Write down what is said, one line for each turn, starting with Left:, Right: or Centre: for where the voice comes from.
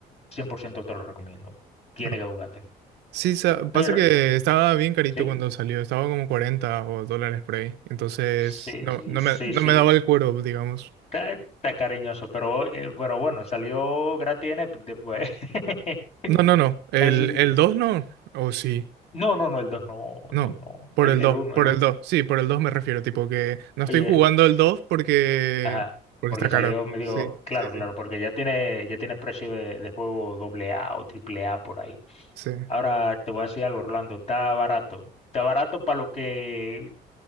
Left: 100% te lo recomiendo. Tiene
Right: ah.
Left: que jugártelo.
Right: Sí, sa- pasa
Left: Y re-
Right: que estaba bien carito
Left: Sí,
Right: cuando salió, estaba como 40 o dólares por ahí. Entonces,
Left: sí,
Right: no,
Left: sí,
Right: no
Left: sí.
Right: me, no
Left: sí.
Right: me daba el cuero, digamos.
Left: Está, está cariñoso, pero, eh, pero bueno, salió gratis en Epic después. <laughs>
Right: No, no, no. El,
Left: Así que...
Right: el 2 no. O sí.
Left: No, no, no, el 2 no,
Right: No.
Left: el 2 no,
Right: Por
Left: el,
Right: el
Left: el
Right: dos
Left: uno,
Right: por
Left: el uno.
Right: el dos Sí, por el 2 me refiero. Tipo que no estoy
Left: Oye,
Right: jugando el 2 porque,
Left: ajá,
Right: porque
Left: porque
Right: está
Left: salió
Right: caro.
Left: medio,
Right: Sí,
Left: claro,
Right: sí,
Left: claro,
Right: sí.
Left: porque ya tiene, ya tiene precio de, de juego doble A o triple A por ahí.
Right: Sí.
Left: Ahora te voy a decir algo, Orlando, está barato. Está barato para lo que,